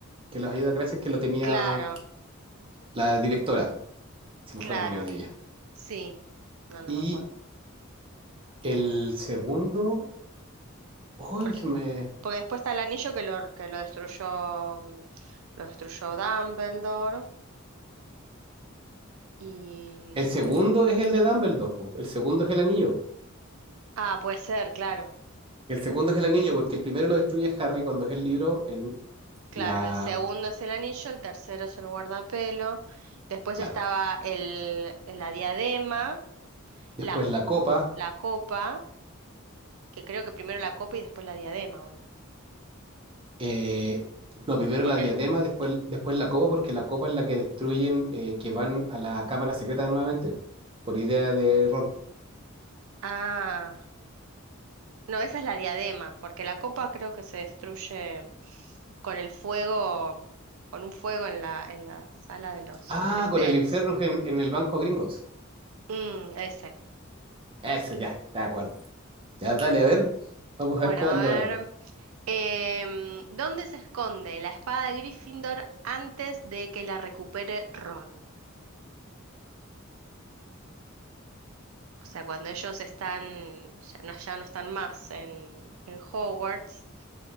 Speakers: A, on the right; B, on the right.
A: que los ayuda a Cratcher, que lo tenía
B: Claro,
A: la directora. Se me
B: Claro,
A: fue el nombre de ella.
B: sí. No, no
A: Y
B: me acuerdo.
A: el segundo, ay
B: Por-
A: se me...
B: Porque, después está el anillo que lo, que lo destruyó, mm, lo destruyó Dumbledore. Y... mm,
A: El segundo es el de Dumbledore, po. el segundo es el anillo.
B: Ah, puede ser, claro.
A: El segundo es el anillo, porque el primero lo destruye Harry cuando es el libro en
B: Claro,
A: la...
B: el segundo es el anillo, el tercero es el guardapelo. Después
A: Claro.
B: estaba el, la diadema,
A: Después
B: la,
A: la copa,
B: la copa, que creo que primero la copa y después la diadema, ¿o no?
A: Eh, no, primero
B: Porque...
A: la diadema,
B: el-
A: después, después la copa, porque la copa es la que destruyen, eh, que van a la cámara secreta nuevamente, por idea de Ron.
B: Ah. No, esa es la diadema, porque la copa creo que se destruye con el fuego, con un fuego en la, en la sala de los
A: Ah,
B: menesteres.
A: con el infierno en, en el banco Gringotts.
B: Mm, ese.
A: Eso ya, de acuerdo. Ya, dale, a ver, vamos
B: Bueno,
A: a ver cómo
B: a
A: ando ahora. ahí.
B: ver. em, ¿dónde se esconde la espada de Gryffindor antes de que la recupere Ron? O sea, cuando ellos están, ya no, ya no están más en, en Hogwarts,